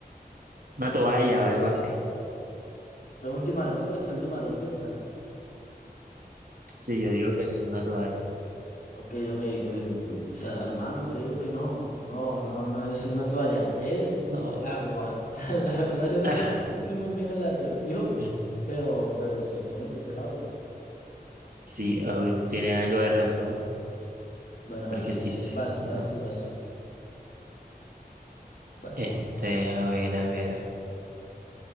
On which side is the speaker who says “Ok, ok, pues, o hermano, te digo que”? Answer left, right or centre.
Left